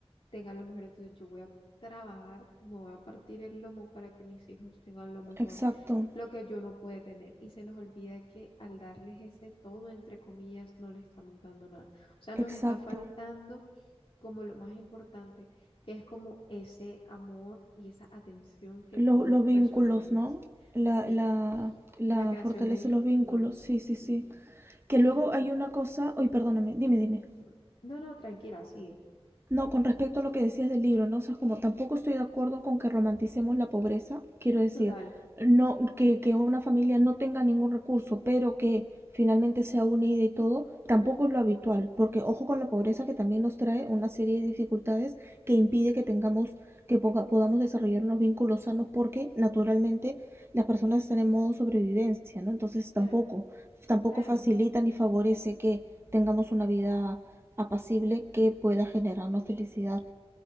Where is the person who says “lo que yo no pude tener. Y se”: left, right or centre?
Left